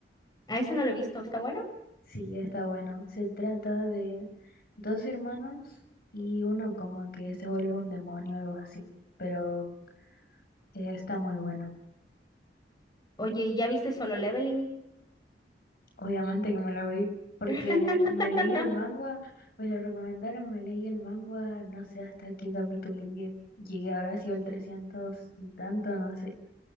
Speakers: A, on the left (about 25°); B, on the left (about 60°).
A: A ese no lo he visto, ¿está bueno?
B: Sí, está bueno. Se trata de dos hermanos y uno como que se vuelve un demonio o algo así. Pero eh, está muy bueno.
A: Oye, ¿y ya viste Solo Leveling?
B: Obviamente que me la vi, porque
A: <laughs>
B: me leí el manga, me lo recomendaron, me leí el manga, no sé hasta qué capítulo llegué. Llegué, habrá sido al 300 y tanto, no sé.